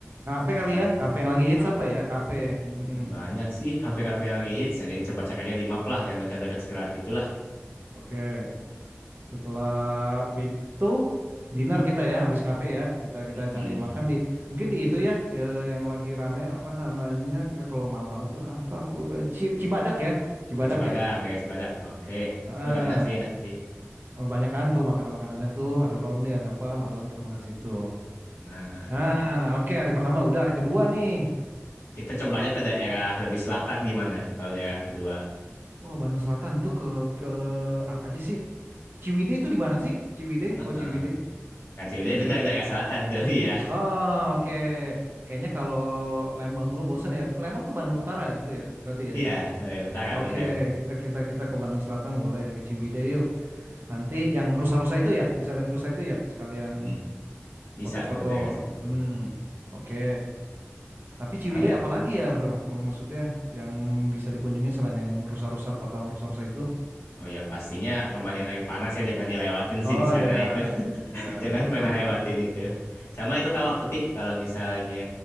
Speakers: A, on the right (about 50°); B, on the left (about 55°).
A: Kafe
B: Cuma
A: kali ya, kafe yang lagi
B: Kafe.
A: hits apa ya? Kafe.
B: hmm,
A: Hmm,
B: banyak sih kafe-kafe yang lagi hits. Yang coba cek aja di map lah, yang dekat-dekat sekolah itulah.
A: oke. Setelah itu dinner kita ya, habis kafe ya. Kita kita
B: Mm-mm.
A: cari makan di mungkin di itu ya eh, yang lagi rame apa namanya? Enggak kalau malam-malam tuh apa aku eh, Ci- Cibadak ya? Cibadak
B: Oh, Cibadak,
A: ya?
B: daerah Cibadak. Oke,
A: Ah.
B: itu agak enak sih, enak sih.
A: Oh, Banyak kan tuh makanan-makanannya tuh, ada ronde, ada apa, malam kita makan situ.
B: Nah,
A: Nah, oke hari pertama udah, hari kedua nih.
B: kita coba aja ke daerah lebih selatan gimana? Kalau daerah kedua,
A: Wow, Bandung Selatan tuh ke ke apa aja sih? Ciwidey itu di mana sih? Ciwidey,
B: Heeh.
A: kau Ciwidey.
B: Kak Ciwidey
A: Itu
B: benar
A: ya?
B: daerah selatan tuh, <laughs> iya,
A: Oh, oke. Kayaknya kalau Lembang mulu bosan ya. Lembang tuh Bandung Utara gitu ya, berarti ya.
B: iya, daerah utara
A: Oke,
B: benar.
A: kita kita kita ke Bandung Selatan boleh ke Ciwidey yuk. Nanti yang rusa-rusa itu ya, bisa lihat rusa itu ya, sekalian
B: Mm, Bisa
A: foto-foto.
B: tuh daerah situ,
A: Hmm, oke. Tapi
B: lumayan.
A: Ciwidey apalagi ya bro? Maksudnya yang bisa dikunjungi selain yang rusa-rusa foto sama rusa-rusa itu?
B: Oh ya pastinya pemandian air panas ya jangan dilewatin
A: Oh
B: sih di sana
A: ya,
B: itu.
A: ya
B: Jangan
A: betul
B: pernah
A: betul
B: lewatin
A: betul.
B: itu. Sama itu kawah
A: Oke.
B: putih kalau misalnya